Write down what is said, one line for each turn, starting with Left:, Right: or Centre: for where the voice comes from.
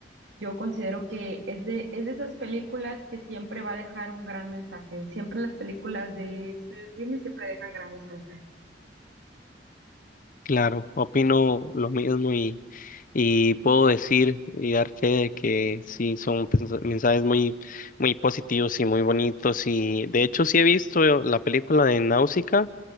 Right: yo considero que es de, es de esas películas que siempre va a dejar un gran mensaje, siempre las películas de Estudios Ghibli siempre dejan grandes mensajes.
Left: Claro, opino lo mismo y, y puedo decir y dar fe de que sí, son pens- mensajes muy, muy positivos y muy bonitos. Y de hecho sí he visto la película de Náusica